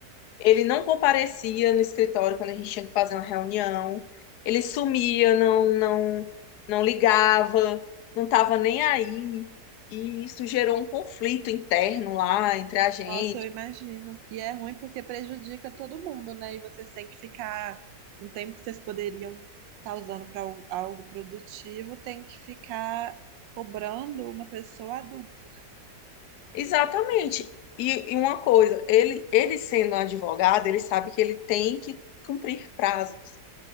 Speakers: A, on the left (about 70°); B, on the right (about 85°).
A: Ele não comparecia no escritório quando a gente tinha que fazer uma reunião. Ele sumia, não, não, não ligava, não estava nem aí. E isso gerou um conflito interno lá entre a gente.
B: Nossa, eu imagino. E é ruim porque prejudica todo mundo, né? E vocês têm que ficar um tempo que vocês poderiam estar usando para algo produtivo, tem que ficar cobrando uma pessoa adulta.
A: Exatamente. E, e uma coisa, ele, ele sendo um advogado, ele sabe que ele tem que cumprir prazos.